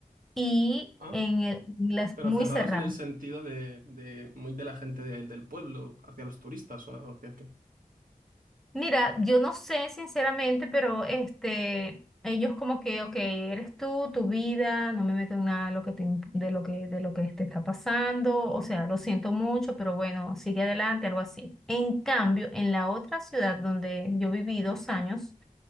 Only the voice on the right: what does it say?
Ah,
pero
cerrados
en el sentido de, de muy de la gente del del pueblo, hacia los turistas o hacia qué.